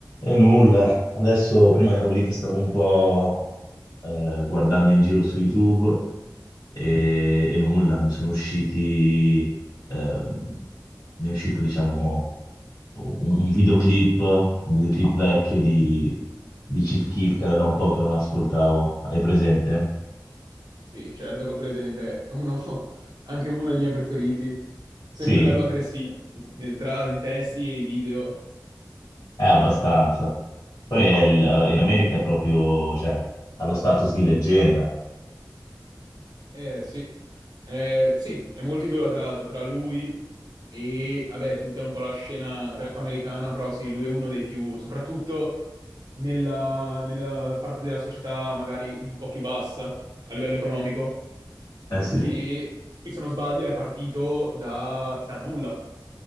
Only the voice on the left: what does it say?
E nulla, adesso prima ero lì che stavo un po' eh, guardando in giro su YouTube e, e nulla, mi sono usciti, ehm, mi è uscito diciamo un, un videoclip, un videoclip vecchio di, di Chief Keef che era da un po' che non ascoltavo, hai presente?
Sì,
è abbastanza. Poi è il- eh, in America è proprio, cioè, ha lo status di leggenda.
Eh sì,